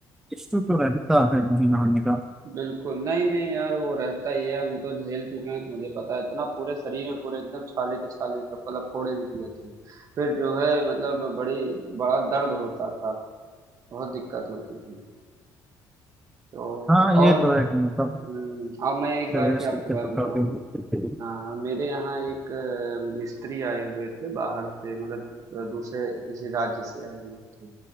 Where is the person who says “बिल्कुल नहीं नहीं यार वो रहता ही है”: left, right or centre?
Right